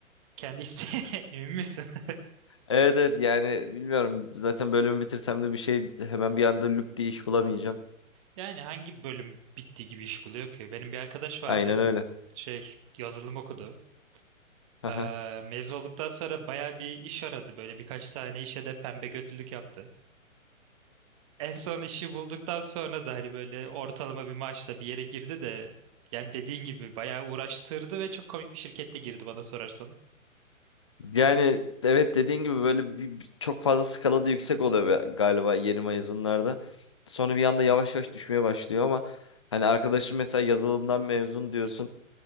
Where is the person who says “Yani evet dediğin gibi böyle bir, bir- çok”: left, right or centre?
Left